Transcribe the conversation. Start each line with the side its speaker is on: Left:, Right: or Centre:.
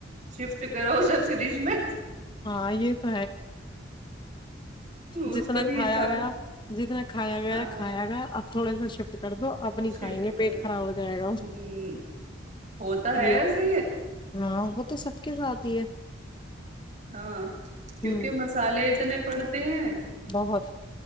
Right: شفٹ کرو اسے فریج میں
Left: ہاں یہ پ
Right: اس
Left: جتنا
Right: کا بھی
Left: کھایا
Right: حساب
Left: گیا جتنا کھایا گیا
Right: ہاں
Left: کھایا گیا تھوڑےا شف کر دو اب نہیں
Right: شفٹ
Left: کھائیں گے
Right: کر
Left: پیٹ
Right: دو
Left: خراب ہو جائے گا
Right: ہ ہوتا ہے
Left: یہ
Right: ایسے
Left: تو ہاں وہ تو سب کے ساتھ ہی ہے
Right: ہاں کیونکہ
Left: ہوں
Right: مسالے اتنے پڑھتے ہیں
Left: بہت